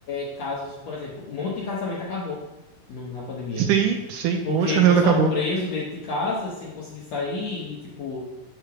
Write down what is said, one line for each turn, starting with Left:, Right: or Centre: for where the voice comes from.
Left: é, casos, por exemplo, um monte de casamento acabou no- na pandemia.
Right: Sim, sim,
Left: Porque
Right: um monte de casamento
Left: o pessoal
Right: acabou.
Left: preso dentro de casa sem conseguir sair e, tipo,